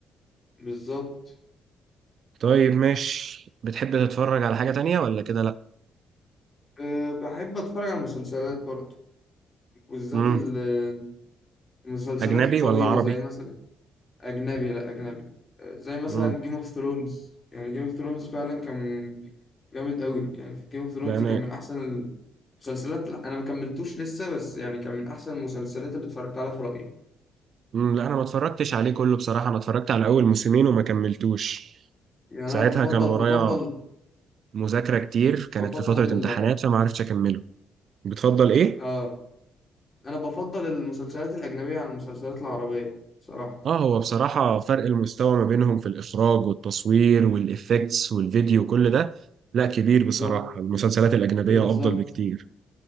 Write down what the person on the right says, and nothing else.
طيب ماشي بتحب تتفرج على حاجة تانية ولا كده لا
امم
أجنبي
ولا عربي
امم
لا أنا
امم لا أنا ما اتفرجتش عليه كله بصراحة أنا اتفرجت على أول موسمين وما كملتوش
ساعتها
كان ورايا
مذاكرة كتير كانت
في فترة امتحانات
فما عرفتش أكمله بتفضل إيه
اه هو بصراحة فرق المستوى ما بينهم في الإخراج والتصوير والإفكتس والفيديو كل ده لا كبير
بصراحة المسلسلات الأجنبية
أفضل بكتير